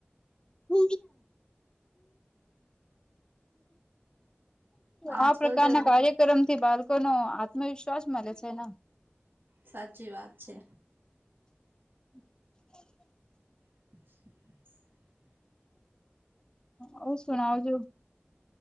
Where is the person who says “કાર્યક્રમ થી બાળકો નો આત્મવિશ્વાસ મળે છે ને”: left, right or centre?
Left